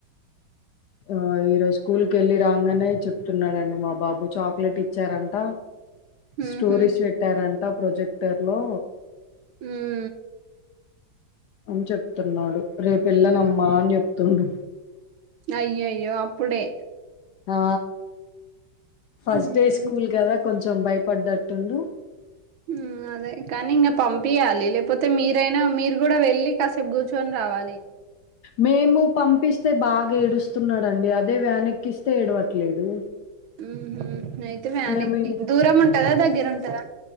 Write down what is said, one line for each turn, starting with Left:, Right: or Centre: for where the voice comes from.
Left: ఆ ఈరోజు స్కూల్ కి వెళ్ళి రాగానే చెప్తున్నాడండి మా బాబు చాక్లెట్ ఇచ్చారంట స్టోరీస్
Right: ఉహు
Left: పెట్టారంట ప్రొజెక్టర్ లో
Right: ఉం
Left: అని చెప్తున్నాడు రేపూ ఎల్లనమ్మా అని చెప్తుండు
Right: అయ్యోయ్యో అప్పుడే
Left: ఆ ఫస్ట్
Right: ఉమ్
Left: డే స్కూల్ కదా కొంచెం భయపడ్డట్టుండు
Right: ఉం అదే కానీ ఇంకా పంపియాలి లేకపోతే మీరైనా మీరు కూడా వెళ్ళి కాసేపు కూర్చుని రావాలి
Left: మేము పంపిస్తే బాగా ఏడుస్తున్నాడుండి అదే వ్యాన్ ఎక్కిస్తే ఏడవట్లేడు
Right: హు హామ్ అయితే వ్యానక్
Left: మేము ఇం
Right: దూరం ఉంటదా దగ్గర ఉంటదా